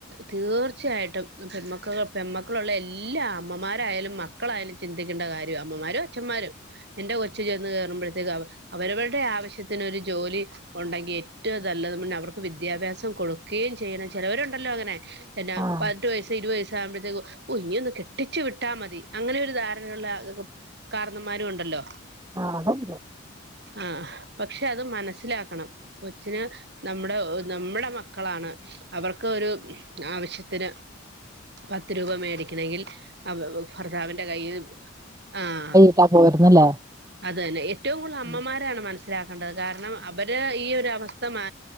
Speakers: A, on the right; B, on the right.
A: തീർച്ചയായിട്ടും പെൺമക്കൾ പെന്മക്കളുള്ള എല്ലാ അമ്മമാരായാലും മക്ക് മക്കളായാലും ചിന്തിക്കണ്ട കാര്യംവാ അമ്മമാരും അഛന്മാരും എന്റെ കൊ ച് ചന്ന് കയറുമ്പോഴത്തേക്ക് അവരവരുടെ ആവശ്യത്തിനൊരു ജോലി ഉണ്ടെങ്കി ഏറ്റവും നല്ലത് മുന്നെ അവർക്ക് വിദ്യാഭ്യാസം കൊടുക്കുകയും ചെയ്യണം ചിലവരുണ്ടല്ലോ അങ്ങനെ എന്നാ
B: ആഹ്
A: പതിനെട്ട് വയസ്സ് ഇരുപത് വയസ്സ് ആകുമ്പോഴത്തേക്കും ഓ ഇനി ഒന്ന് കെട്ടിച്ചു വിട്ടാ മതി അങ്ങനെരു ധാരണയുള്ള കാരണന്മാരും ഉണ്ടല്ലോ
B: ആഹ്
A: ആഹ് പക്ഷെ അത് മനസ്സിലാക്കണം കൊച്ചിന് നമ്മുടെ നമ്മുടെ മക്കളാണ് അവർക്ക് ഒരു ആവശ്യത്തിന് പത്ത് രൂപ മേടിക്കണെങ്കിൽ അ ഭർത്താവിന്റെ കൈയിൽ ആഹ്
B: ഇത്ത പോയിരുന്നല്ലേ
A: അത് തന്നെ ഏറ്റവും കൂടുതൽ അമ്മമാരാണ്
B: ഉം
A: മനസ്സിലാക്കേണ്ടത് കാരണം അവര് ഈ ഒരു അവസ്ഥ